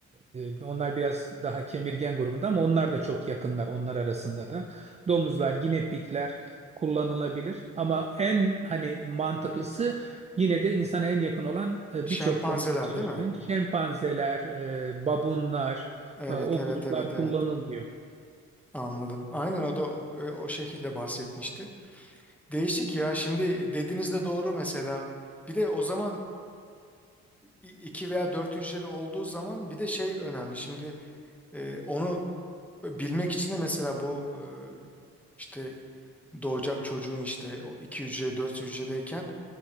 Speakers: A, on the right; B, in the centre.
A: e, onlar biraz daha kemirgen grubunda ama onlar da çok yakınlar onlar arasında da. Domuzlar, guinea pigler kullanılabilir ama en hani mantıklısı yine de insana en yakın olan e,
B: Şempanzeler
A: birçok konuda çalışmayı
B: değil mi?
A: şempanzeler, e, babunlar
B: Evet
A: e, o
B: evet
A: gruplar
B: evet evet
A: kullanılıyor.
B: anladım. Aynen o da e, o şekilde bahsetmişti. Değişik ya şimdi dediğiniz de doğru mesela. Bir de o zaman i- iki veya dört hücreli olduğu zaman bir de şey önemli. Şimdi e, onu bilmek için de mesela bu e, işte doğacak çocuğun işte o iki hücre dört hücredeyken